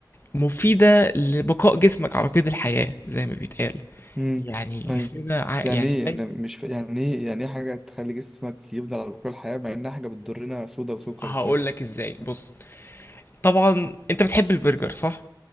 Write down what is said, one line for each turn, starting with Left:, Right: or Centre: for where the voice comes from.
Left: مفيده لبقاء جسمك على قيد الحياه زي ما بيتقال
Centre: امم
Left: يعني
Centre: اي
Left: جسمنا ع-
Centre: يعني
Left: يعني
Centre: ايه
Left: دايما
Centre: انا مش ف... يعني ايه يعني ايه حاجه تخلي جسمك يفضل على طول الحياه مع انها حاجه بتضرنا صودا وسكر
Left: هقول
Centre: وبتاع
Left: لك ازاي بص طبعا انت بتحب البرجر صح